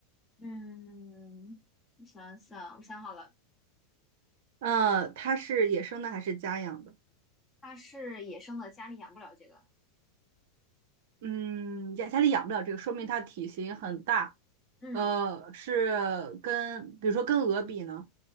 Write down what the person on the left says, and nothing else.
嗯，我想想，我想好了，
它是野生的，家里养不了这个。
嗯，